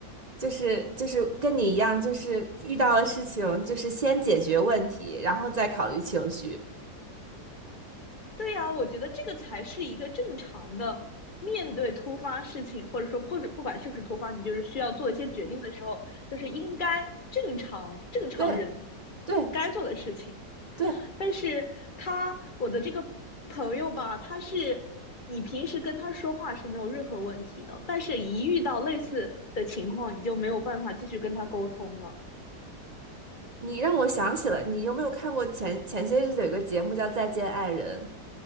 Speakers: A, on the right; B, on the left.
A: 就是就是跟你一样，就是遇到了事情，就是先解决问题，然后再考虑情绪。
B: 对呀，我觉得这个才是一个正常的面对突发事情，或者说不不管是不是突发，你就是需要做一些决定的时候，就是应该正常正常人
A: 对对
B: 该做的事情。
A: 对，
B: 但是他我的这个朋友吧，他是你平时跟他说话是没有任何问题的，但是一遇到类似的情况，你就没有办法继续跟他沟通了。
A: 你让我想起了，你有没有看过前前些日子有一个节目叫《再见爱人》，